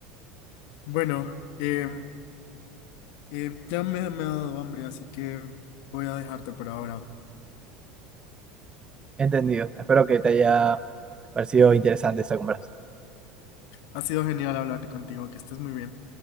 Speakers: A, on the left; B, on the right.
A: Bueno, em, em, ya me, me ha dado hambre, así que voy a dejarte por ahora.
B: Entendido. Espero que te haya parecido interesante esta conversación.
A: Ha sido genial hablar contigo, que estés muy bien.